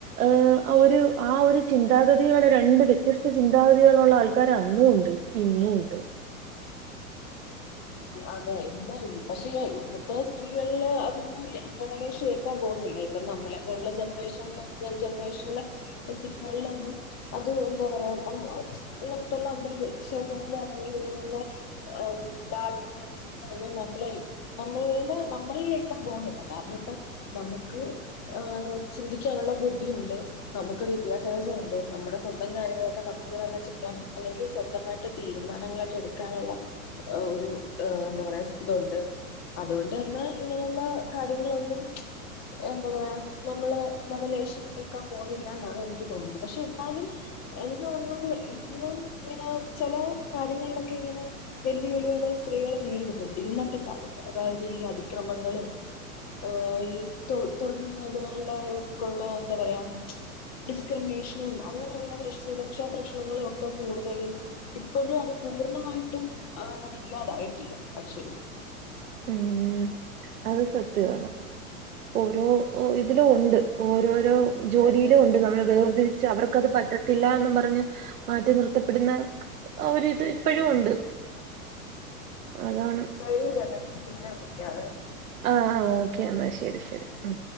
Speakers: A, on the right; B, on the left.
A: ഏഹ് ഒരു ആ ഒരു ചിന്താഗതികള് രണ്ട് വ്യത്യസ്ത ചിന്താഗതികളുള്ള ആൾക്കാര് അന്നും ഉണ്ട് ഇന്നു ഉണ്ട്
B: അതെ എന്ത പക്ഷേ ഇന്നത്തെ സ്ത്രീകളില് അതൊന്നും ലവലേഷം ഏക്കാൻ പോകുന്നില്ല ഇപ്പം നമ്മളെ പോലുള്ള ജനറേഷനൽ ജനറേഷനിലെ സ്ത്രീകളിലൊന്നും അത് എന്താ പറയാ നമു ഇങ്ങനെത്തുള്ള അന്ധവിശ്വാസങ്ങൾ അങ്ങനെ ഇങ്ങനെയുള്ള <unintelligible> ഇതൊന്നും നമ്മളിൽ നമ്മട നമ്മളിൽ നിക്കാൻ പോകുന്നില്ല കാരണം ഇപ്പ നമുക്ക് ആഹ് ചിന്തിക്കാനുള്ള ബുദ്ധിയുണ്ട് നമുക്ക് വിദ്യാഭ്യാസമുണ്ട് നമ്മുടെ സ്വന്തം കാര്യങ്ങളൊക്കെ നമുക്ക് തന്നെ ചെയ്യാം അല്ലെങ്കിൽ സ്വന്തമായി യിട്ട് തീരുമാനങ്ങളൊക്കെ എടുക്കാനുള്ള ഓഹ് ഒരു ഏഹ് എന്താ പറയാ ഇതുണ്ട് അതുകൊണ്ട് തന്നെ ഇങ്ങനെയുള്ള കാര്യങ്ങളൊന്നും എന്താ പറ നമ്മള് ലവലേശം ഏ ക്കാൻ പോകുന്നില്ല എന്നാണ് എനിക്ക് തോന്നുന്നത് പക്ഷെ എന്നാലും എനിക്ക് തോന്നുന്നു ഇന്നും ഇങ്ങനെ ചില കാര്യങ്ങളിലൊക്കെ ഇങ്ങനെ വെല്ലുവിളികൾ സ്ത്രീകള് നേരിടുന്നുണ്ട് ഇന്നത്തെ കാലത്ത് അതായത് ഈ അതിക്രമങ്ങളും അഹ് തൊഴിൽ മേഖലകളേക്കുള്ള എന്താ പറയാ ഡിസ്ക്രിമിനേഷനും അങ്ങനെയുള്ള പ്രശ് സുരക്ഷാ പ്രശ്നങ്ങളും ഒക്കെ കൂടുതലും ഇപ്പോഴും അത് പൂർണ്ണമായിട്ടും അങ്ങനെ ഇല്ലാതായിട്ടില്ല ആച്വലി
A: ഉം അത് സത്യവാണ് ഓരോ ഇതിലും ഉണ്ട് ഓരോരോ
B: അതെ
A: ജോലിയിലും
B: അതെ
A: ഉണ്ട് നമ്മൾ വേർതിരി പക്ഷ അവർക്കത് പറ്റത്തില്ല എന്ന് പറഞ്ഞ് മാറ്റി നിർത്തപ്പെടുന്ന ആ ഒരിത് ഇപ്പോഴും ഉണ്ട് അതാണ്
B: ടൈമിംഗ് തിർന്ന് ഞാൻ പിന്നെ വിളിക്കവെ.
A: ആഹ് ആഹ് ഓക്കെ എന്നാ ശരി ശരി ഉം